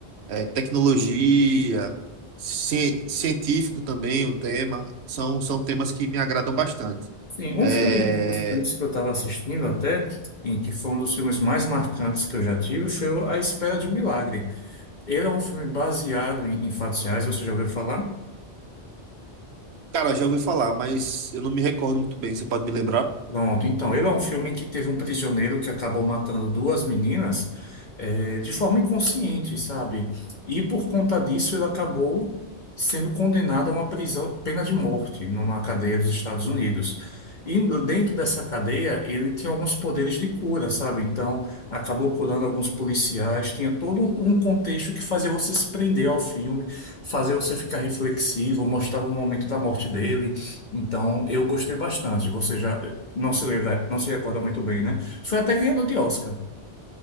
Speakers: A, on the right; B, on the left.
A: é, tecnologia, cien- científico também o tema, são, são temas que me agradam bastante.
B: Sim, um
A: É,
B: filme de suspense que eu estava assistindo até, em que foi um dos filmes mais marcantes que eu já tive, foi o A Espera de um Milagre. Ele é um filme baseado em, em fatos reais, você já ouviu falar?
A: cara, já ouvi falar, mas eu não me recordo muito bem, você pode me lembrar?
B: Pronto, então, ele é um filme em que teve um prisioneiro que acabou matando duas meninas, eh, de forma inconsciente, sabe? E por conta disso ele acabou sendo condenado a uma prisão, pena de morte, numa cadeia dos Estados Unidos. E dentro dessa cadeia ele tinha alguns poderes de cura, sabe? Então, acabou curando alguns policiais, tinha todo um contexto que fazia você se prender ao filme, fazer você ficar reflexivo, mostrava o momento da morte dele. Então, eu gostei bastante. Você já não se lembra, não se recorda muito bem, né? Foi até ganhador de Oscar.